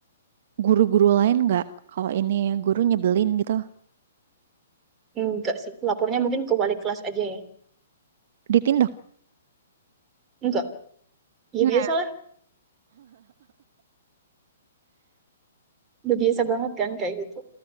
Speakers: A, on the right; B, on the right.
A: guru-guru lain nggak? Kalau ini guru nyebelin gitu,
B: Enggak sih, lapornya mungkin ke wali kelas aja ya.
A: ditindak.
B: Enggak. Ya
A: Hmm.
B: biasa udah biasa banget kan kayak gitu